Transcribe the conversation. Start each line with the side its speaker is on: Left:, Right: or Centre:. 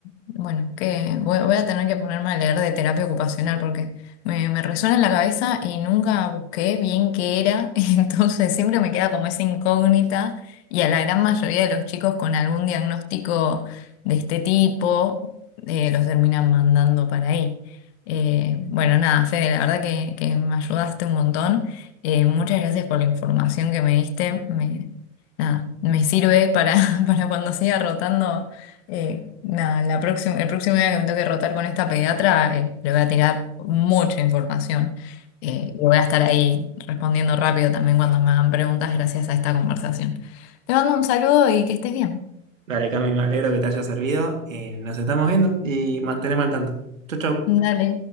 Left: bueno, que voy, voy a tener que ponerme a leer de terapia ocupacional porque me, me resuena en la cabeza y nunca busqué bien qué era. <laughs> Entonces siempre me queda como esa incógnita y a la gran mayoría de los chicos con algún diagnóstico de este tipo eh, los terminan mandando para ahí. Eh, bueno, nada, Fede, la verdad que, que me ayudaste un montón. Eh, muchas gracias por la información que me diste. Me, nada, me sirve para, <laughs> para cuando siga rotando. eh, nada, la próxima, el próximo día que me toque rotar con esta pediatra, eh, le voy a tirar mucha información. Eh, y voy a estar ahí respondiendo rápido también cuando me hagan preguntas gracias a esta conversación. Te mando un saludo y que estés bien.
Right: Dale, Cami, me alegro que te haya servido, eh, nos estamos viendo y mantenemos al tanto. Chau, chau.
Left: Dale.